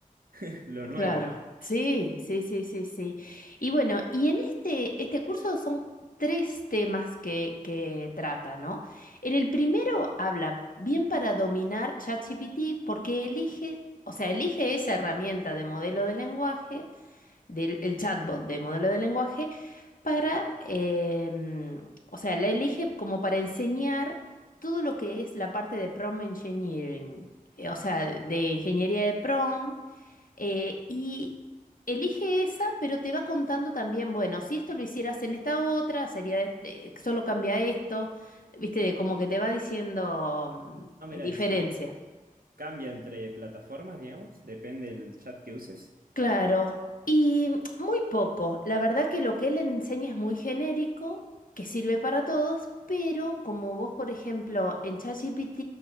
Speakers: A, on the right; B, on the left.
A: <laughs> lo nuevo.
B: Claro, sí, sí, sí, sí, sí. Y bueno, y en este, este curso son tres temas que, que trata, ¿no? En el primero habla bien para dominar ChatGPT porque elige, o sea, elige esa herramienta de modelo de lenguaje, del el chatbot de modelo de lenguaje, para, em, o sea, la elige como para enseñar todo lo que es la parte de prompt engineering, eh, o sea, de ingeniería de prompt eh, y elige esa, pero te va contando también, bueno, si esto lo hicieras en esta otra, sería de- de- solo cambia esto, viste, como que te va diciendo mm,
A: Ah, mira,
B: eh, diferencias.
A: encima cambia entre plataformas, digamos, depende del chat que uses.
B: Claro, y muy poco. La verdad que lo que él enseña es muy genérico, que sirve para todos, pero como vos, por ejemplo, en ChatGPT,